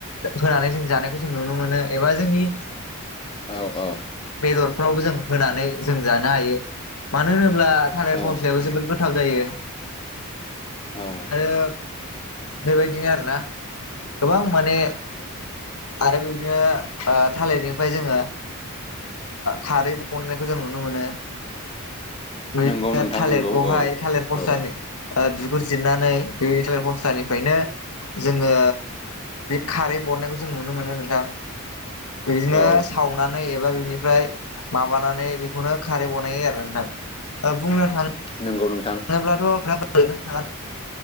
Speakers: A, on the left (about 80°); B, on the left (about 25°).
A: होनानै जों जानायखौ जों नुनो मोनो एबा जोंनि।
B: औ औ।
A: बेदरफ्रावबो जों होनानै जों जानो हायो मानो होनोब्ला थालिर
B: औ
A: फस्लायावबो जोोबद गोथार। गोथा जायो।
B: औ।
A: आरो बेबायदिनो आरोना। गोबां माने आरो बिदिनो। थालिरनिफ्राय जोङो खारै मोनननायखौ जों नुनो मोनो। नो
B: नंगौ नोंथां
A: थालिरखौहाय
B: नंगौ औ
A: थालिर फसानि
B: औ
A: बिगुर जिरनानै बेिट पस्थानिफ्रायनो जोङो। खारै बरनायखौ जों नुनो मोनो नोंथां बिदिनो
B: औ
A: सावनानै। एबा बिनिफ्राय मानानैनो खारै बनाय आरो नोंथां बुंनो थाङो
B: नंगौ नोंथां।
A: जेब्लाथ' अख गो थ नदां